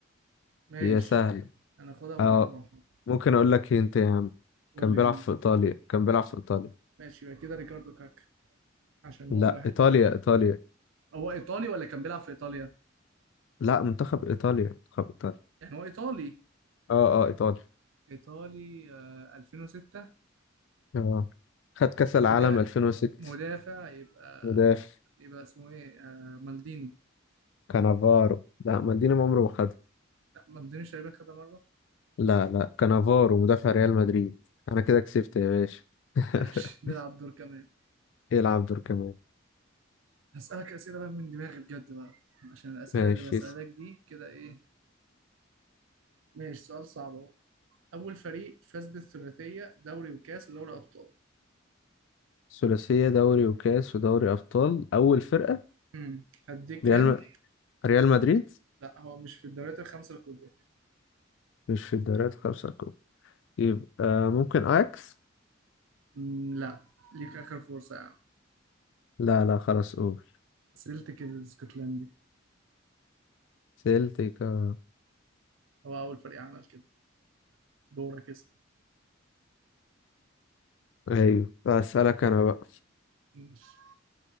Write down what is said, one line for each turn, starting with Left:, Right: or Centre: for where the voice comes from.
Right: ماشي
Left: هي سهلة
Right: انا خدها بالراحه
Left: اه ممكن أقول لك انت يا عم
Right: قول
Left: كان
Right: لي
Left: بيلعب
Right: هند
Left: في إيطاليا كان بيلعب في إيطاليا
Right: ماشي يبقى كده ريكاردو كاكا عشان
Left: لا
Right: هو الواحد
Left: إيطاليا إيطاليا
Right: هو ايطالي ولا كان بيلعب في ايطاليا
Left: لا منتخب ايطاليا منتخب ايطاليا
Right: يعني هو ايطالي
Left: اه اه ايطاليا
Right: ايطالي آه 2006
Left: اه خد كاس العالم
Right: مدا...
Left: 2006
Right: مدافع يبقى
Left: مدافع
Right: يبقى اسمه ايه آه مالديني
Left: كانافارو لا مالديني ما عمره ما خدها
Right: لا مالديني شايبك كده مره.
Left: لا لا كانافارو مدافع ريال مدريد انا كده كسبت يا باشا <laughs>
Right: ماشي نلعب دور كمان
Left: يلعب دور كمان
Right: هسألك أسئلة بقى من دماغي بجد بقى عشان الأسئلة
Left: ماشي
Right: اللي بسألك
Left: اس-
Right: دي كده إيه ماشي سؤال صعب أهو أول فريق فاز بالثلاثية دوري وكاس ودوري أبطال
Left: ثلاثية دوري وكاس ودوري ابطال اول فرقة
Right: امم هديك
Left: ريال
Right: هن
Left: م... ريال مدريد
Right: لا هو مش في الدوريات الخمسة الكبرى
Left: مش في الدوريات الخمسة الكبرى يبقى ممكن اياكس
Right: مم، لا ليك آخر فرصة يا عم
Left: لا لا خلاص قول
Right: سيلتك الاسكتلندي
Left: سيلتيكا
Right: هو أول فريق عمل كده دورك اسأل
Left: ايوه اسالك انا بقى
Right: ماشي.